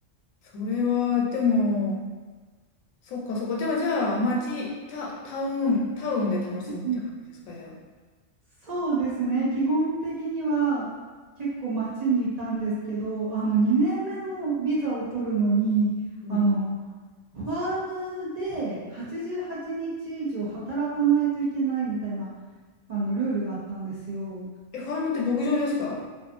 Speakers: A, on the left; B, on the right.
A: それは、でも、そっかそっか。でもじゃあ、町タ、タウン、タウンで楽しむって感じですか、
B: うん
A: じゃあ。
B: そうですね。基本的には結構街にいたんですけど、あの2年目のビザを取るのに、
A: うん。
B: あのファームで88日以上働かないといけないみたいなあのルールがあったんですよ。
A: え、ファームって牧場ですか